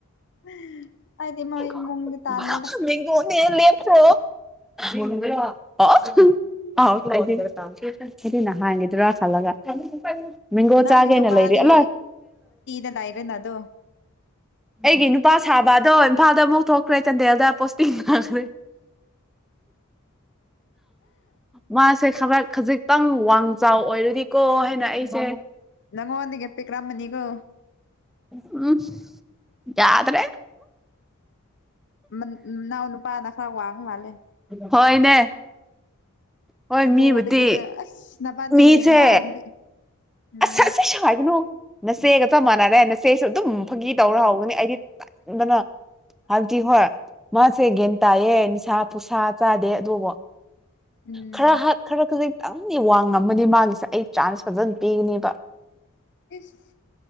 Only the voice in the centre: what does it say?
<unintelligible>
<unintelligible> <inaudible> ꯑꯩꯗꯤ ꯅꯍꯥꯟꯒꯤꯗꯨꯔ ꯈꯜꯂꯒ ꯃꯦꯡꯒꯣ
ꯆꯥꯒꯦꯅꯦ
ꯂꯩꯔꯤ <unintelligible>
ꯑꯩꯒꯤ ꯅꯨꯄꯥ ꯁꯥꯕ ꯑꯗꯣ ꯏꯝꯐꯥꯜꯗ ꯑꯃꯨꯛ ꯊꯣꯛꯈ꯭ꯔꯦ ꯆꯥꯟꯗꯦꯜꯗ ꯄꯣꯁꯇꯤꯡ ꯐꯪꯈ꯭ꯔꯦ ꯃꯥꯁꯦ ꯈꯔ ꯈꯖꯤꯛ ꯈꯤꯇꯪ ꯋꯥꯡ ꯆꯥꯎ ꯑꯣꯏꯔꯨꯗꯤꯀꯣ ꯍꯥꯏꯅ ꯑꯩꯁꯦ
ꯎꯝ ꯌꯥꯗ꯭ꯔꯦ
ꯍꯣꯏꯅꯦ ꯍꯣꯏ
ꯃꯤꯕꯨꯗꯤ
ꯃꯤꯁꯦ
ꯑꯁ ꯑꯁꯤ ꯁꯥꯏꯒꯅꯨ ꯅꯆꯦꯒ ꯆꯞ ꯃꯥꯟꯅꯔꯦ ꯅꯆꯦꯁꯨ ꯑꯗꯨꯝ ꯐꯥꯒꯤ ꯇꯧꯔ ꯍꯧꯒꯅꯤ ꯑꯩꯗꯤ ꯇꯟꯕꯅ ꯍꯥꯏꯕꯗꯤ ꯍꯣꯏ ꯃꯥꯁꯦ ꯒꯌꯥꯟ ꯇꯥꯏꯌꯦ ꯅꯤꯁꯥ ꯄꯨꯁꯥ ꯆꯥꯗꯦ ꯑꯗꯨꯕꯨ
ꯈꯔ ꯍꯥꯛ ꯈꯔ ꯈꯖꯤꯛꯇꯪꯗꯤ ꯋꯥꯡ ꯉꯝꯃꯅꯤ ꯃꯥꯒꯤꯁꯦ ꯑꯩ ꯆꯥꯟꯁ ꯐꯖꯅ ꯄꯤꯒꯅꯦꯕ